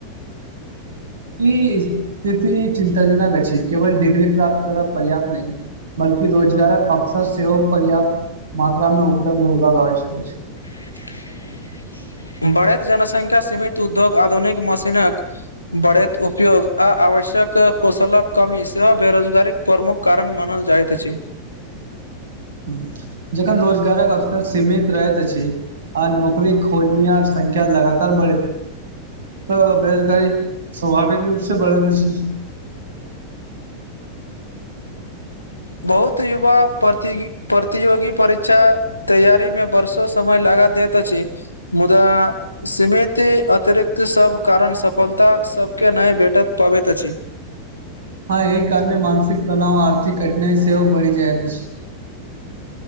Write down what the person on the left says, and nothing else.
<inaudible> बढ़ेैत जनसंख्या सीमित उद्योग आधुनिक मशीनक बढ़ैत उपयोग आ आवश्यक कोशलक कमी सेहो बेरोजगारीक प्रमुख कारण मानल जाइत अछि
बहुत युवा प्रतिगी प्रतियोगी परीक्षा तैयारी मे बरसो समय लगा दैत अछि मुदा सीमिती अतिरिक्त सब कारण सफलता सबके नहि भेटत पाबैत अछि